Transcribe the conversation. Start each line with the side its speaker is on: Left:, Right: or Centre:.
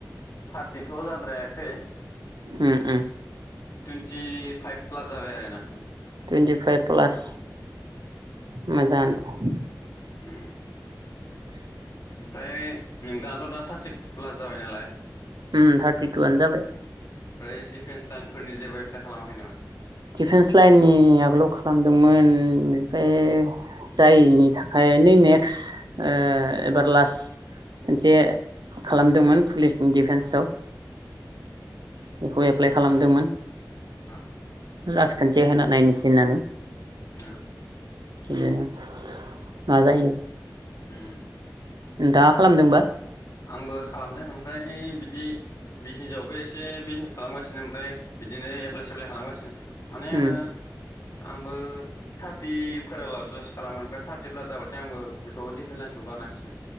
Left: थारटिथ' जाद्रायाखै।
Right: उ उ
Left: टुइन्टि फाइभ प्लास जाबाय आरो ना।
Right: Twenty five plus. मोजांआनो। औ
Left: उ ओमफ्राय नों दाथ' दा थार्टि प्लास जाबाय नालाय।
Right: उ थार्टि टुआनो जाबाय।
Left: ओमफ्राय दिफेन्स लाइनफोरनि जेबो एप्लाइ खालामाखै नामा?
Right: दिफेन्स लाइननि आगोलाव खालामदोंमोन ओमफ्राय जायिनि थाखाय नै नेक्स्ट ओ एबार लास्ट मोनसे खालामदोंमोन पुलिसनि डिफेन्सआव।
Left: उम।
Right: बेखौ एप्लााय खालामदोंमोन।
Left: औ।
Right: लास खोनसे होना नायनोसै होननानै
Left: औ।
Right: बिनो मा जायो
Left: उम
Right: दा खालामदोंबा।
Left: आंबो खालामदों ओमफ्राय बिद बि बिजनेसावबो एस एसे बिजनेस खालामगासिनो ओमफ्राय बिदिनो एप्लाय सेफ्लाय खालामगासिनो। माने
Right: उम
Left: आङो आंबो थारटिफोरा लास लासो खालामोन ओमफ्राय थारटि प्लास जाबाथाय आंबो बेखौ डिफेन लइन्सखौ गारनांसिगोन।